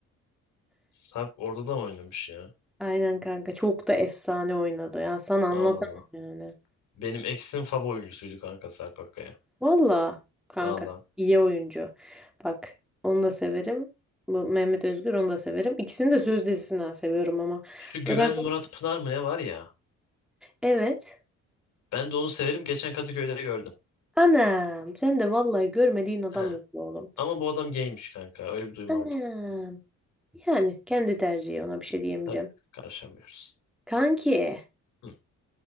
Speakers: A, on the left (about 75°); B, in the centre.
A: Sarp orada da mı oynamış ya?
B: Aynen kanka. Çok da efsane oynadı. Ya sana anlatamam
A: Ağlana.
B: yani.
A: Benim eksim favori oyuncusuydu kanka Sarp Akkaya.
B: Valla kanka
A: Valla.
B: iyi oyuncu. Bak onu da severim. Bu Mehmet Özgür onu da severim. İkisini de söz dizisinden seviyorum ama.
A: Şu Güven
B: Dragon.
A: Murat Pınar mı ne var ya?
B: Evet.
A: Ben de onu severim. Geçen Kadıköy'de gördüm.
B: Anam sen de vallahi görmediğin adam
A: He.
B: yok be oğlum.
A: Ama bu adam gaymiş kanka. Öyle bir duyum
B: Anam.
A: aldım.
B: Yani kendi tercihi ona bir şey diyemeyeceğim.
A: Tabii karışamıyoruz.
B: Kanki.
A: Hı.